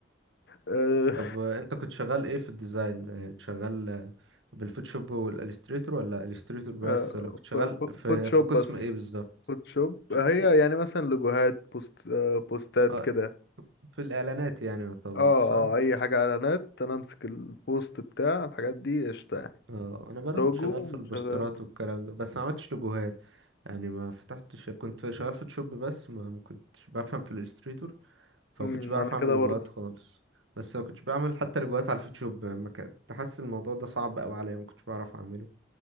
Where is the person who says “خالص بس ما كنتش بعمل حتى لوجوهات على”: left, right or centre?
Right